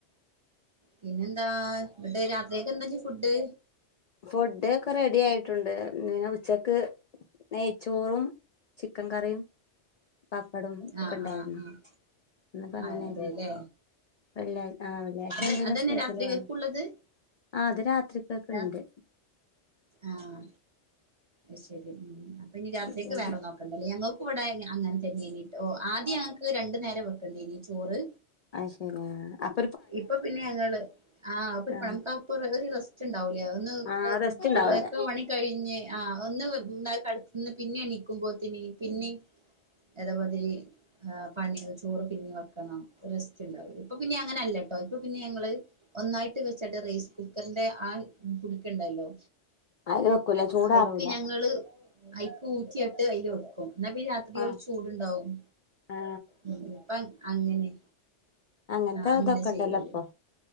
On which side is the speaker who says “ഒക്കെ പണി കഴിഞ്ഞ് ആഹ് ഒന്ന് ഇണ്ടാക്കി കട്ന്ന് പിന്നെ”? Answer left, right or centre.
Right